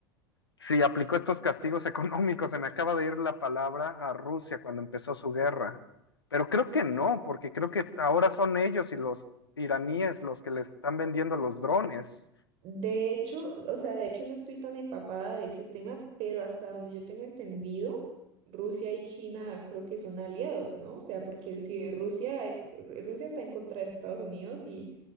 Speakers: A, on the left (about 80°); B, on the right (about 50°).
A: Sí, aplicó estos castigos económicos. Se me acaba de ir la palabra a Rusia cuando empezó su guerra. Pero creo que no, porque creo que es- ahora son ellos y los iraníes los que les están vendiendo los drones.
B: De hecho, o sea, de hecho no estoy tan empapada de ese tema, pero hasta donde yo tengo entendido, Rusia y China creo que son aliados, ¿no? O sea, porque si Rusia es, Rusia está en contra de Estados Unidos y